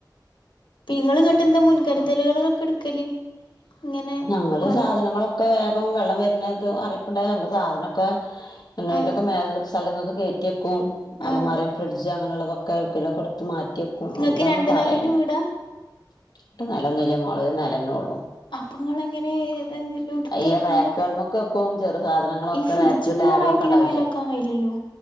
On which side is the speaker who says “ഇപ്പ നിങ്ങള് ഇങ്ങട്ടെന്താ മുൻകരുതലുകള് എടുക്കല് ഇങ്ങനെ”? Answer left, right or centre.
Left